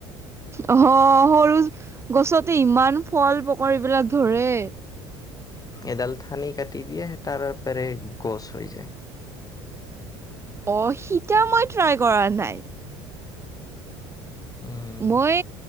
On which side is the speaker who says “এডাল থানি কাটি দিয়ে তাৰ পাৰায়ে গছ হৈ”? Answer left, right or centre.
Left